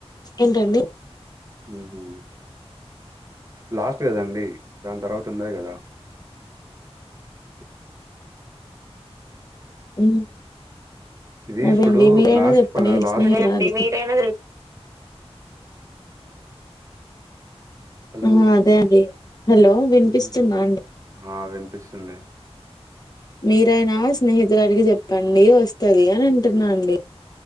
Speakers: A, on the left; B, on the right.
A: ఏంటండి?
B: మ్ హూ లాస్ట్ కదండి దాని తర్వాత ఉండది కదా?
A: ఉ ఉ
B: ఇది హ్మ్.
A: అదేండి
B: ఇప్పుడు
A: మీరైనా
B: లాస్ట్
A: చెప్పండి
B: ప అదే లాస్ట్
A: స్నేహితురాలికి
B: అండి. మీరైనా తెల్ హలో!
A: ఆ అదే అండి హలో వినిపిస్తుందా
B: హ్మ్.
A: అండి.
B: ఆ! వినిపిస్తుంది.
A: మీరైనా స్నేహితురాలికి చెప్పండి వస్తుంది అని అంటున్నానండీ.